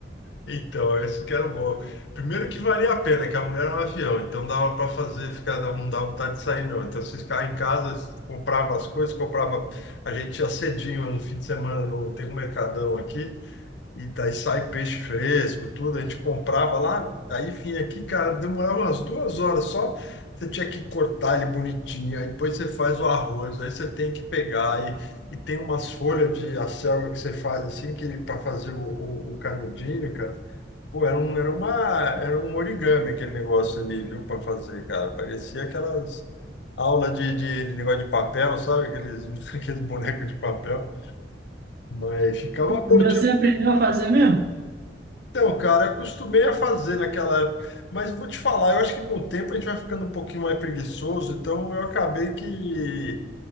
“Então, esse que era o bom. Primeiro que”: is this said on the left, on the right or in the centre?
Left